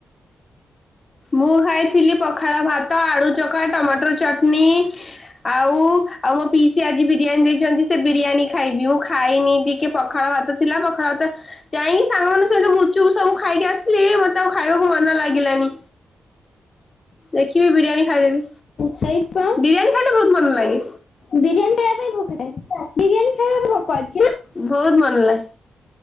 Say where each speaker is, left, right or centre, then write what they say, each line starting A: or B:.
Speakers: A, on the left; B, on the left.
A: ମୁଁ ଖାଇଥିଲି ପଖାଳ ଭାତ ଆଳୁ ଚଖା ଟମାଟର ଚଟନି। ଆଉ-ଆଉ ମୋ ପିଇସୀ ଆଜି ବିରିୟାନୀ ଦେଇଚନ୍ତି, ସେ ବିରିୟାନୀ ଖାଇବି ମୁଁ ଖାଇନି ଟିକେ ପଖାଳ ଭାତ ଥିଲା ପାଖାଳ ଭାତ। ଯାଇକି ସାଙ୍ଗମାନଙ୍କ ସହିତ ଗୁଚୁପୁ ସବୁ ଖାଇକି ଆସିଲି ମତେ ଆଉ ଖାଇବାକୁ ମନ ଲାଗିଲାନି। ଦେଖିବି ବିରିୟାନୀ ଖାଇଦେବି,
B: ସେଇପା
A: ବିରିୟାନୀ ଖାଇଲେ ବହୁତ ମନ ଲାଗେ।
B: ବିରିୟାନୀ ଖାଇବା ପାଇଁ ଭୋକ ଥାଏ, ବିରିୟାନୀ ଖାଇବା ଭୋକ ଅଛି ନା।
A: ବହୁତ ମନ ଲା